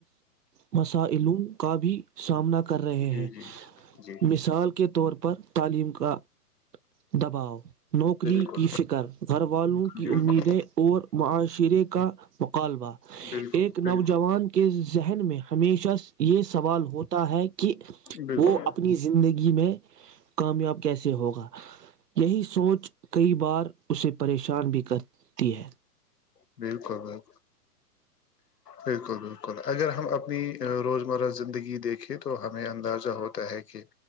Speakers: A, on the right; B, on the left.
A: مسائلوں کا بھی سامنا کر کر رہے
B: ہے
A: ہیں
B: جی جی جی
A: مثال کے طور پر تعلیم کو دباؤ نوکری
B: بالکل
A: کی فکر گھر والوں کی
B: بالکل
A: امیدیں اور معاشرے کا مقالبہ
B: بالکل
A: ایک
B: بالکل
A: نوجوان کے ز ذہن میں ہمیشہ یہ سوال ہوتا ہے کہ
B: بالکل
A: وہ اپنی زندگی میں کامیاب کیسے ہوگا یہی سوچ کئی بار اسے پریشان بھی کر <unintelligible>
B: بالکل بالکل بالکل بالکل اگر ہم اپنی روزمرہ زندگی دیکھیں تو ہمیں اندازہ ہوتا ہے کہ